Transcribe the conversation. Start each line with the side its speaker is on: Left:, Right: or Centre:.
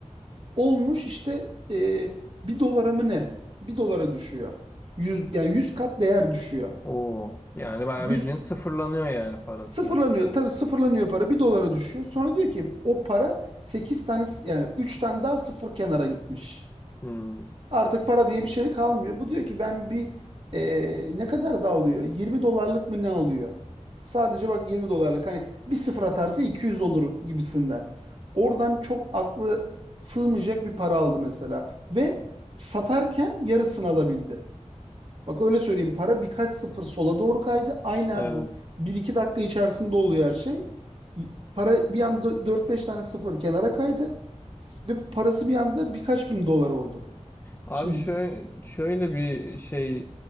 Right: olmuş işte e, 1 dolara mı ne? bir dolara düşüyor. 100, yani 100 kat değer düşüyor.
Left: Oo. Yani bayağı
Right: yüz
Left: bildiğin sıfırlanıyor yani parası.
Right: sıfırlanıyor. Tabii sıfırlanıyor para bir dolara düşüyor. Sonra diyor ki o para sekiz tane yani 3 tane daha sıfır kenara gitmiş.
Left: Hmm.
Right: Artık para diye bir şey kalmıyor. Bu diyor ki ben bir eee, ne kadar da alıyor? 20 dolarlık mı ne alıyor? Sadece bak 20 dolarlık. Hani bir sıfır atarsa 200 olur gibisinden. Oradan çok aklı sığmayacak bir para aldı mesela. Ve satarken yarısını alabildi. Bak öyle söyleyeyim para birkaç sıfır sola doğru kaydı. Aynen
Left: Evet.
Right: bu. bir iki dakika içerisinde oluyor her şey. Para bir anda dört beş tane sıfır kenara kaydı. Ve parası bir anda birkaç bin dolar oldu.
Left: Abi
Right: Şimdi
Left: şöyle, şöyle bir şey